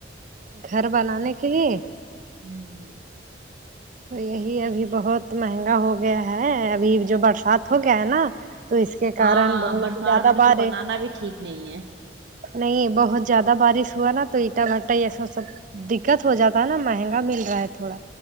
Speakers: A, on the right; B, on the right.
A: گھر بنانے کے لیے
B: ہوں
A: تو یہی ابھی بہت مہنگا ہو گیا ہے ابھی جو برسات ہو گیا ہے نا تو اس کے
B: ہاں
A: کارن بہت
B: برسات
A: زیادہ
B: میں
A: بار
B: تو بنانا
A: ہے
B: بھی ٹھیک نہیں ہے
A: نہیں بہت زیادہ بارش ہوا نا تو اینٹا بھٹا ایسا سب دکت ہو جاتا ہے نا مہنگا مل رہا ہے تھوڑا